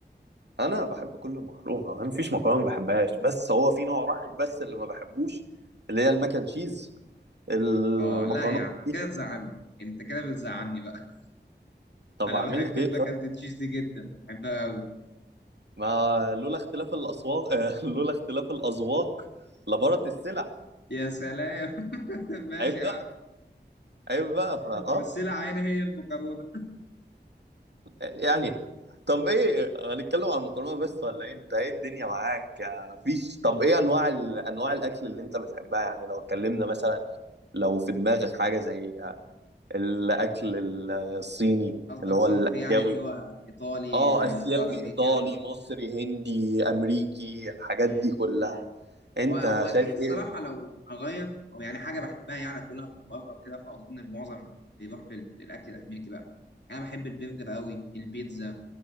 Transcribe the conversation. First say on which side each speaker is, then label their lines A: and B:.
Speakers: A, on the right; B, on the left.
A: انا بحب كل المكرونه ما فيش مكرونه ما بحبهاش بس هو في نوع واحد بس اللي ما بحبوش اللي هي المكن تشيز المكرونه
B: اه لا يا عم
A: دي
B: كده بتزعلني انت كده بتزعلني بقى
A: طب
B: <laughs> انا
A: اعمل
B: بحب
A: لك
B: الماك
A: ايه طب
B: اند تشيز دي جدا بحبها قوي
A: ما لولا اختلاف الاصوات <laughs> آه، لولا اختلاف الاذواق لبارت السلع
B: يا سلام <laughs> ماشي
A: عيب
B: يا
A: بقى
B: عم
A: عيب بقى فاه
B: والسلعه هنا هي المكرونه
A: يعني طب ايه هنتكلم عن المكرونه بس ولا ايه انت ايه الدنيا معاك آه، فيش طب ايه انواع ال... انواع الاكل اللي انت بتحبها يعني لو اتكلمنا مثلا لو في دماغك حاجه زي آه، الاكل الصيني
B: قصدك
A: اللي هو
B: صنف
A: الاسيوي
B: يعني اللي هو ايطالي
A: اه اسيوي
B: غربي
A: ايطالي
B: كده
A: مصري هندي امريكي الحاجات
B: امم
A: دي كلها انت
B: و- واكيد
A: شايف
B: الصراحه
A: ايه
B: لو هغير او يعني حاجه بحبها يعني اكلها من بره وكده فاظن المعظم بيروح لل- للاكل الامريكي بقى انا بحب البرجر قوي البيتزا